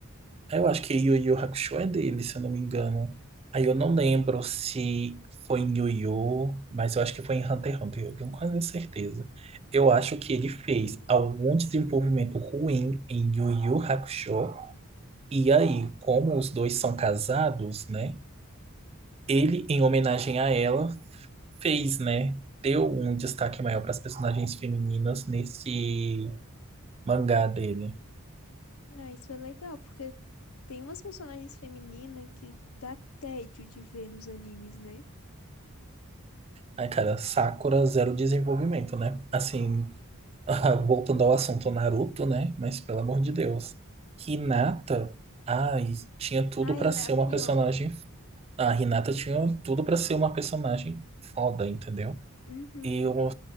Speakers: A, on the right; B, on the left.
A: Eu acho que Yu Yu Hakusho é dele, se eu não me engano. Aí eu não
B: Uhum.
A: lembro se foi em Yu Yu, mas eu acho que foi em Hunter x Hunter, eu tenho quase certeza. Eu acho que ele fez algum desenvolvimento ruim em Yu Yu Hakusho, e aí, como os dois são casados, né? Ele, em homenagem a ela, fez, né? Deu um destaque maior para as personagens femininas nesse mangá dele.
B: Ah, isso é legal, porque tem umas personagens femininas que dá tédio de ver nos animes, né?
A: Ai, cara, Sakura zero desenvolvimento, né? Assim, <laughs> Voltando ao assunto Naruto, né? Mas pelo amor
B: Uhum.
A: de Deus. Hinata, ai, tinha tudo
B: Ah,
A: pra
B: ela
A: ser
B: é a pior.
A: uma personagem. A Hinata tinha tudo pra ser uma personagem foda, entendeu?
B: Uhum.
A: E o